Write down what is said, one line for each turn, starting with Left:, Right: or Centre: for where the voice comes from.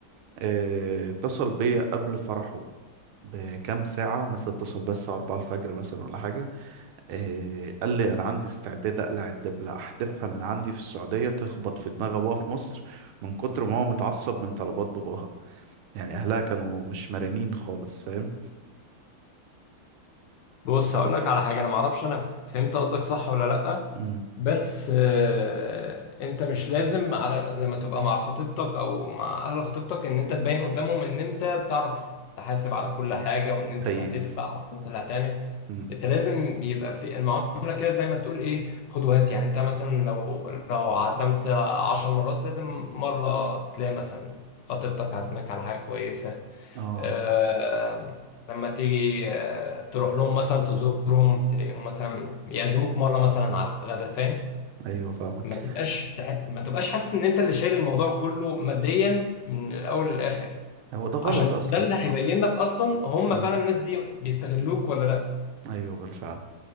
Right: آه، اتصل بيا قبل فرحه بكام ساعة مثلا اتصل بس الساعة 4 الفجر مثلا ولا حاجة آه قال لي أنا عندي استعداد أقلع الدبلة أحدفها من عندي في السعودية تخبط في دماغ أبوها في مصر من كتر ما هو متعصب من طلبات باباها يعني أهلها كانوا مش مرنين خالص فاهم
Left: بص
Right: ف...
Left: هقول لك على حاجه انا ما اعرفش انا ف- فهمت قصدك صح ولا لا
Right: مم.
Left: بس آه، انت مش لازم على لما تبقى مع خطيبتك او مع اهل خطيبتك ان انت تبين قدامهم ان انت بتعرف تحاسب على كل حاجه وان انت
Right: فايس
Left: اللي هتدفع وان انت اللي هتعمل
Right: مم.
Left: انت لازم يبقى في المعامله كده زي ما تقول ايه خد وهات يعني انت مثلا لو لو عزمت عشر مرات لازم مره تلاقي مثلا خطيبتك عزمك على حاجه كويسه
Right: اه
Left: آه، لما تيجي آه، تروح لهم مثلا تزورهم تلاقيهم مثلا يعزموك مره مثلا على الغدا فاهم
Right: أيوه فاهمك
Left: ما تبقاش تح- ما تبقاش حاسس ان انت اللي شايل الموضوع كله ماديا من الاول للاخر
Right: هو ده غلط
Left: عشان
Right: أصلا
Left: ده اللي هيبين لك اصلا هم
Right: مم.
Left: فعلا الناس دي بيستغلوك ولا لا
Right: أيوه بالفعل